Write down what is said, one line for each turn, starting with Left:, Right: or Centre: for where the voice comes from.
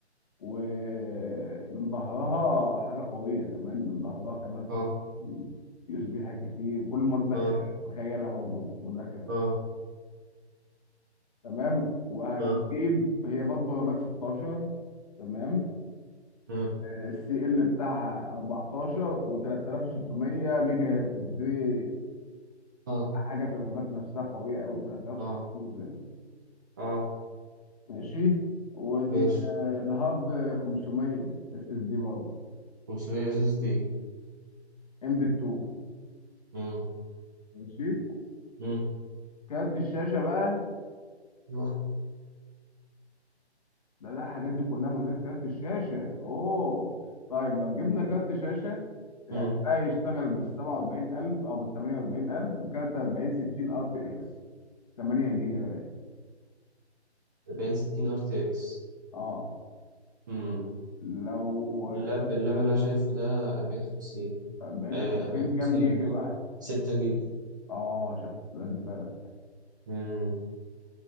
Left: ومن ظهرها حاجه قويه كمان من ظهرها كمان
Right: اه
Left: في يو اس بي هاك كتير وكل ما
Right: اه
Left: تتخيلها موجود مدخلات
Right: اه
Left: تمام وهنجيب
Right: اه
Left: هي برضه رامات 16 تمام
Right: امم
Left: السي ال بتاعها 14 و3600 ميجا هرتز دي
Right: اه
Left: حاجه في الرامات نفسها قويه قوي 3600
Right: اه
Left: بالذات.
Right: اه
Left: ماشي والهارد
Right: ماشي
Left: 500 اس اس دي برضه
Right: 500 اس اس دي
Left: ام دي 2
Right: امم
Left: ماشي
Right: امم
Left: كارت الشاشه بقى
Right: ايوه
Left: لا لا الحاجات دي كلها من غير كارت الشاشة اوه طيب لو جبنا كارت شاشة يعني
Right: امم
Left: ده يشتغل بال 47000 او بال 48000 كارت 4060 ار تي اكس 8 جيجا بقى
Right: 40 60 ار تي اكس
Left: اه
Right: امم
Left: لو
Right: اللاب اللاب اللي انا شايفه ده 40 50
Left: 40
Right: آه
Left: 50
Right: 40
Left: كام
Right: 50
Left: جيجا
Right: اه
Left: بقى
Right: 6 جيجا
Left: اه شفت بقى دي فرق
Right: امم